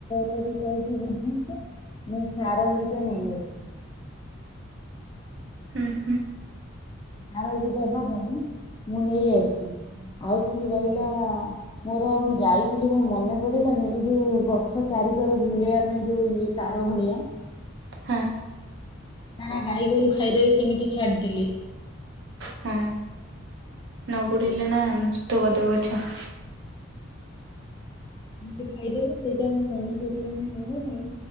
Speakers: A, on the left; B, on the right.
A: ତ କହିଛିି ବୁଝିଛ। ମୁଁ ସାର ହେରିକା ନେଇ ଆସିଛି।
B: ହୁଁ ହୁଁ।
A: ହଁ ଆଳ ଦେବା ପାଇଁ ମୁଁ ନେଇ ଆସିଛି। ଆଉ ଖାଲି ରହିଲା ମୋର ମୁଁ ଯାଇଥିଲି ମୁଁ ମନେ ପଡିଲାନି ଏଇ ଯୋଉ ଗଛ ଚା ଚାରିକର ବୁଲେଇବା ପାଇଁ ଯୋଉ ଇଏ ତାର ଭଳିଆ
B: ହଁ।
A: ନା ନା ଗାଈ ଗୋରୁ ଖାଇଦେ ବି ସେମିତି ଛାଡିଦେଲେ।
B: ହଁ ନ ଗୁଡ଼ିଲ
A: ସେଇଥିପାଇଁ
B: ନା ଅଷ୍ଟ ବଧ ଆଚ୍ଛା <inaudible>
A: ହ ଖାଇଦେବ ସେଇଟାମ ମନେ ପଡିଲାନି